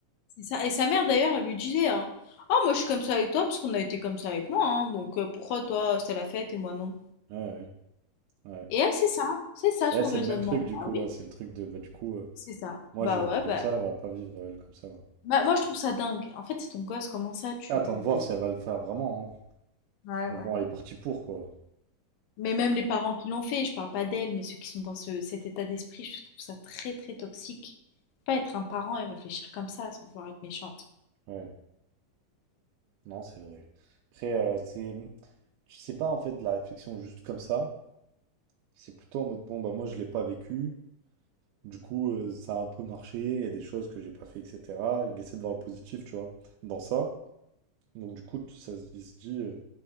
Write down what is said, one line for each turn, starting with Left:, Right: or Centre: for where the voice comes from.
Left: c'est ça. Et sa mère, d'ailleurs, elle lui disait, hein, oh, moi, je suis comme ça avec toi, parce qu'on a été comme ça avec moi, hein, donc euh, pourquoi toi, c'était la fête et moi non?
Right: Ouais, ouais, ouais.
Left: Et elle, c'est ça, c'est ça
Right: Et
Left: son
Right: elle, c'est
Left: raisonnement.
Right: le même truc,
Left: Bah
Right: du coup.
Left: oui,
Right: ouais. C'est le truc de, bah, du coup, euh,
Left: c'est ça.
Right: moi,
Left: Bah
Right: j'ai vécu
Left: ouais,
Right: comme
Left: bah
Right: ça, elle va pas vivre, elle, comme ça. ouais.
Left: Bah, moi, je trouve ça dingue. En fait, c'est ton gosse, comment ça, tu...
Right: Attends de voir si elle va le faire vraiment. hein.
Left: Ouais,
Right: Mais
Left: ouais.
Right: bon, elle est partie pour, quoi.
Left: Mais même les parents qui l'ont fait, je parle pas d'elle, mais ceux qui sont dans ce, cet état d'esprit, je trouve ça très, très toxique. Pas être un parent et réfléchir comme ça sans vouloir être méchante.
Right: Ouais, non, c'est vrai. Après, euh, c'est... Tu sais pas, en fait, de la réflexion juste comme ça. C'est plutôt en mode, bon, bah, moi, je l'ai pas vécu. Du coup, euh, ça a un peu marché, il y a des choses que j'ai pas fait, etc. Il essaie de voir le positif, tu vois, dans ça. Donc du coup, tu- ça, se- il se dit, euh,